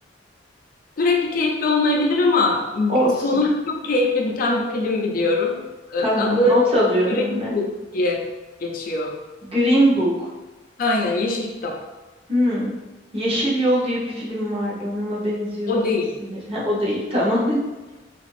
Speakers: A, on the left; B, on the right.
A: sürekli keyifli olmayabilir ama
B: Olsun.
A: sonunda çok keyifli biten bir film biliyorum. Ee,
B: Tamam,
A: adı
B: not alıyorum
A: Green
B: hemen.
A: Book diye geçiyor.
B: Green Book.
A: Aynen, Yeşil Kitap.
B: Hmm. Yeşil Yol diye bir film vardı. Onunla benziyor
A: O
B: gibi
A: değil.
B: isimleri. Ha, o değil tamam. <laughs>